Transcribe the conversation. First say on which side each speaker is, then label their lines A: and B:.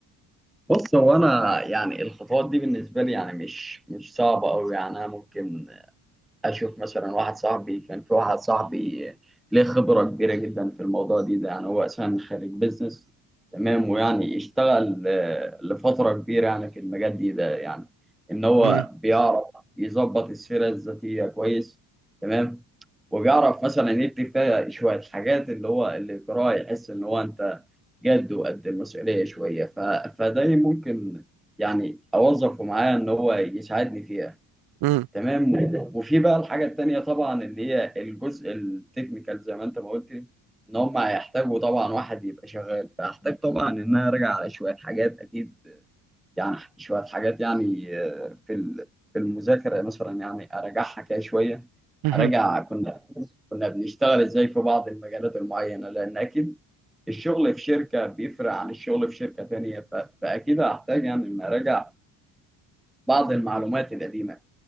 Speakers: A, in the centre; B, on the right (about 65°).
A: بص هو انا يعني الخطوات دي بالنسبه لي يعني مش مش صعبه قوي يعني انا ممكن اشوف مثلا واحد صاحبي كان في واحد صاحبي ليه خبره كبيره جدا في الموضوع دي ده يعني هو اساسا خريج بيزنس تمام ويعني اشتغل آه، لفتره كبيره يعني في المجال دي ده يعني ان هو
B: مم.
A: بيعرف يظبط السيره الذاتيه كويس تمام وبيعرف مثلا يكتب فيها شويه حاجات اللي هو اللي يقراها يحس ان هو انت جد وقد المسؤوليه شويه ف... فده ممكن يعني اوظفه معايا ان هو يساعدني فيها
B: مم.
A: تمام <laughs> و- وفي بقى الحاجة التانية طبعا اللي هي الجزء التكنيكال زي ما انت ما قلت لي، ان هم هيحتاجوا طبعا واحد يبقى شغال فاحتاج طبعا ان انا ارجع على شوية حاجات اكيد يعني شوية حاجات يعني آه، في ال- في المذاكرة مثلا يعني اراجعها كده شوية
B: مهم.
A: اراجع كنا كنا بنشتغل ازاي في بعض المجالات المعينة لان اكيد الشغل في شركة بيفرق عن الشغل في شركة تانية ف- فاكيد هحتاج يعني ان اراجع بعض المعلومات القديمة